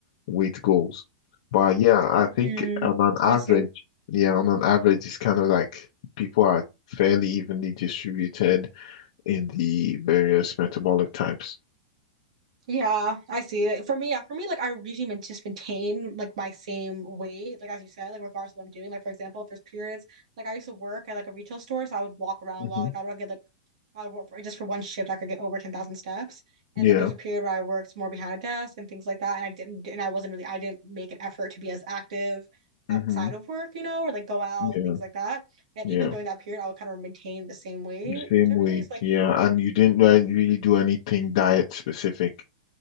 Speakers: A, on the left; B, on the right.
A: weight goals. But yeah, I think
B: Hmm.
A: on an average,
B: I see.
A: yeah, on an average it's kind of like people are fairly evenly distributed in the various metabolic types.
B: Yeah, I see. Like, For me, yeah, for me, like I usually man- just maintain like my same weight, like as you said, like regardless of what I'm doing. Like for example, if there's periods, like I used to work at like a retail store, so I would walk around
A: hmm
B: a lot. Like I would get like I work for just for one shift, I could get over 10,000 steps. And
A: Yeah.
B: then there's a period where I worked more behind a desk and things like that. And I didn't, and I wasn't really, I didn't make an effort to be as active
A: hmm
B: outside of work, you know, or like go out
A: Yeah.
B: and things like that. And
A: Yeah.
B: even during that period, I would kind of maintain the same weight
A: The same
B: generally.
A: weight,
B: It's like,
A: yeah. And you didn't re-
B: yeah,
A: really do anything diet specific.